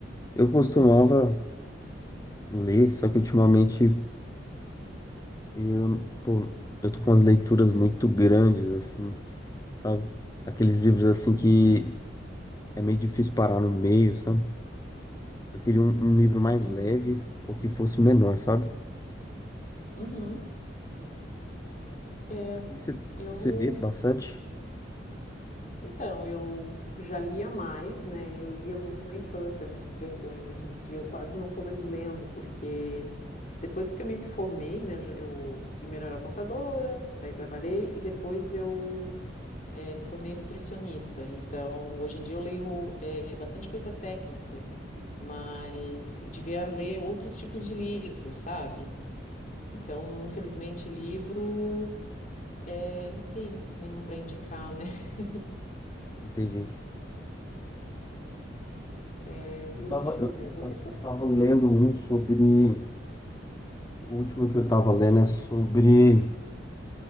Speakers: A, on the left; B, on the left.
A: Eu costumava ler, só que ultimamente eu, pô, eu tô com as leituras muito grandes, assim, sabe? Aqueles livros assim que é meio difícil parar no meio, sabe? Eu queria um, um livro mais
B: uhum,
A: leve ou que fosse menor, sabe?
B: uhum. É,
A: O que que você,
B: eu.
A: você lê bastante?
B: Então, eu já lia mais, né? Eu lia muito na infância, né? Que vergonha. Hoje em dia eu quase não estou mais lendo, porque depois que eu me formei, né? Eu, já- eu primeiro era contadora, daí trabalhei e depois eu eh, me tornei nutricionista. Então, hoje em dia eu leio eh, bastante coisa técnica, mas devia ler outros tipos de livros, sabe? Então, infelizmente, livro eh, não tem nenhum para indicar, né? <laughs>
A: Entendi.
B: É,
A: Eu
B: deixa
A: tava, eu
B: eu ver.
A: tava
B: eu vou- Deixa eu
A: eu tava lendo um sobre. O último que eu tava lendo é sobre